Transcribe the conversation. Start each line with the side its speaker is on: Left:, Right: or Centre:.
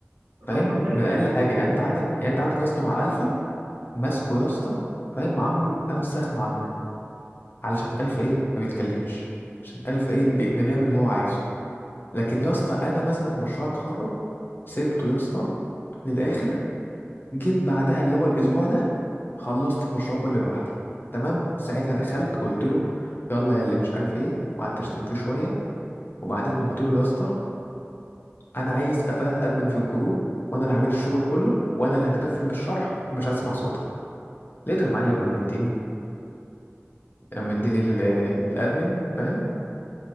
Left: فاهم
Right: ما انا بتكلم
Left: من
Right: في
Left: اقل
Right: كده
Left: حاجه
Right: ما هي
Left: يعني
Right: الناس
Left: انت
Right: دي
Left: عندك
Right: كده
Left: يعني انت عندك يا اسطى مع الفا ماسكه يا اسطى فاهم عامله اوسخ معامله علشان الفا ايه ما بيتكلمش عشان الفا ايه بي... ده بيعمل اللي هو عايزه لكن يا اسطى انا مثلا في مشروع التخرج سبته يا اسطى للاخر جيت بعدها اللي هو الاسبوع ده خلصت المشروع كله لوحدي تمام ساعتها دخلت قلت له يلا يا اللي مش عارف ايه وقعدت اشتم فيه شويه وبعدين قلت له يا اسطى انا عايز ابقى ادمن في الجروب وانا اللي عامل الشغل كله وانا اللي هتكفل بالشرح ومش هسمع صوتك لقيتها يا معلم قام مديني قام مديني ال- الادمن فاهم